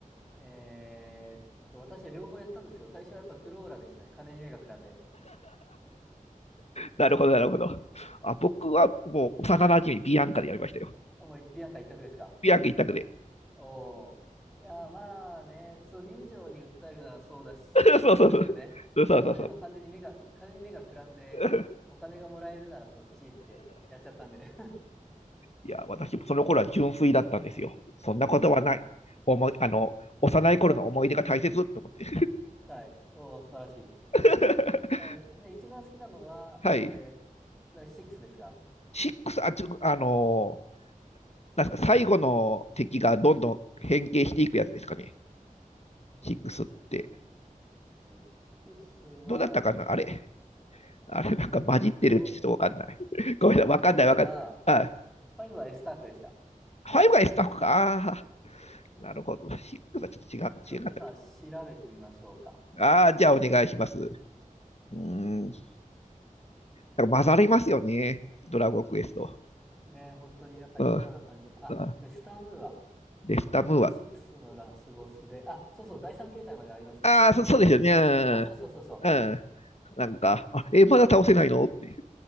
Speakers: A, in the centre; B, on the left (about 50°).
A: えーっと、私は両方やったんですけど、最初はやっぱフローラでしたね。金に目がくらんで。
B: なるほど、なるほど。あ、僕はもう幼馴染ビアンカでやりましたよ。
A: あもうビアンカ一択ですか。
B: ビアンカ一択で。
A: おお。いや、まあね、その人情に訴えるならそうだし、
B: <laughs> そうそうそう。
A: そうですよね。
B: そうそうそう。
A: 私も完全に目が、金に目がくらんで、
B: <laughs>
A: お金がもらえるならそっちってやっちゃったんで。
B: いや、私もその頃は純粋だったんですよ。そんなことはない。
A: <laughs> あ
B: 思い、あの、幼い頃の思い出が大切って思って。
A: あ、はい。おー素晴らしい。
B: <laughs>
A: あで、一番好きなのは、
B: はい。
A: えー、だから6ですか
B: シックスあ、ちょ、あのー、なんですか、最後の敵がどんどん変形していくやつですかね。
A: えー、
B: 6って。
A: 6は、
B: どうだったかなあれあれ、なんか混じってるってちょっとわかんない。
A: どうでしたっけ
B: <laughs> ごめんなさい、
A: えっと、
B: わかんない、
A: 5は、
B: わかんない。あ、
A: 5はエスタークでした。
B: 5が S タッフか。あーなるほど。シックスはちょっと違う、
A: ちょっと、
B: 違かった。
A: 今、調べてみましょうか。
B: ああー、じゃあお願いします。うーん。だから混ざりますよね。ドラゴンクエスト。
A: ね、本当になんか似たような感じ。
B: うん。
A: あ、
B: あ
A: ウェスタームーア。
B: レスタムーは、
A: これが6のラスボスで、あ、そうそう、第3形態までありますね。
B: ああ、そ、そうですよね。うん。
A: あ、そうそうそうそう。
B: うんなんか、あ、え、まだ倒せないのって。